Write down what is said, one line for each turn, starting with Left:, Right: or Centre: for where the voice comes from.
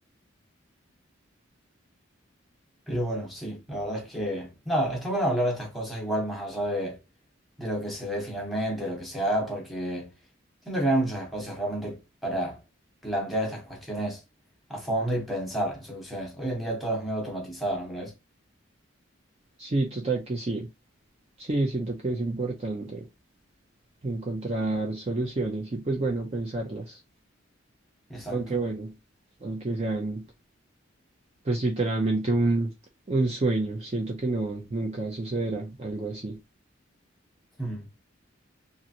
Centre: Pero bueno, sí, la verdad es que, nada, está bueno hablar de estas cosas igual más allá de, de lo que se dé finalmente, lo que se haga, porque siento que no hay muchos espacios realmente para plantear estas cuestiones a fondo y pensar en soluciones. Hoy en día todo es medio automatizado, ¿no crees?
Right: Sí, total que sí. Sí, siento que es importante encontrar soluciones y pues bueno, pensarlas.
Centre: Exacto.
Right: Aunque bueno, aunque sean pues literalmente un, un sueño, siento que no, nunca sucederá algo así.
Centre: Mm.